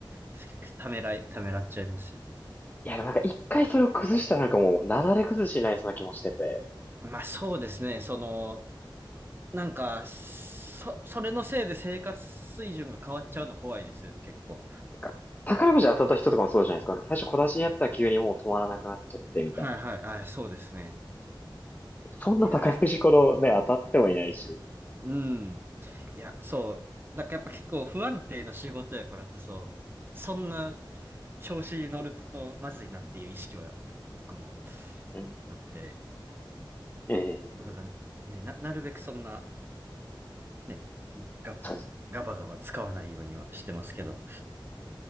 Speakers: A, on the right (about 25°); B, on the left (about 20°).
A: 確かにためらい、ためらっちゃいますよね。
B: いや、でもなんか一回それを崩したらなんかもう、なだれ崩しになりそうな気もしてて。
A: まあそうですね、その、なんか、そ、それのせいで生活水準が変わっちゃうの怖いですよね、結構。
B: なんか宝くじ当たった人とかもそうじゃないですか。最初小出しにやったら急にもう止まらなくなっちゃってみたいな。
A: はいはい。あ、そうですね。
B: そんな宝くじこのね、
A: いや、
B: 当たってもいないし。
A: うん。いや、そう。なんかやっぱ結構不安定な仕事やからこそ、そんな調子に乗るとまずいなっていう意識はやっぱ僕も
B: うん。
A: あって、
B: ええ
A: そうだからね、な、なるべくそんな、ね、ガップ、
B: そうです
A: ガバガバ使わないようにはしてますけど。